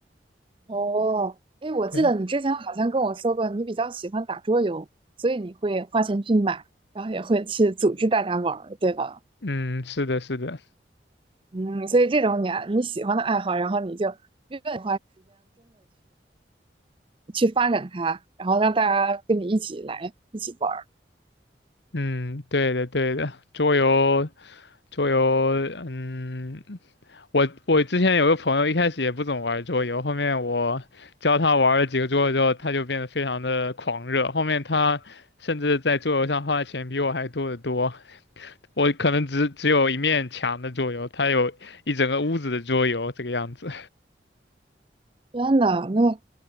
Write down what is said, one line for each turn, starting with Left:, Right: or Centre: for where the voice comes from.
Right: 哦，哎，我记得你之前好像跟我说过，
Left: 对，
Right: 你比较喜欢打桌游，所以你会花钱去买，然后也会去组织大家玩儿，对吧？
Left: 嗯，是的，是的，
Right: 嗯，所以这种你啊你喜欢的爱好，然后你就愿意去发展它，然后让大家跟你一起来一起玩儿。
Left: 嗯，对的，对的，桌游。桌游，嗯，我我之前有个朋友，一开始也不怎么玩桌游，后面我教他玩了几个桌游之后，他就变得非常的狂热。后面他甚至在桌游上花的钱比我还多得多。我可能只只有一面墙的桌游，他有一整个屋子的桌游这个样子。
Right: 真的，那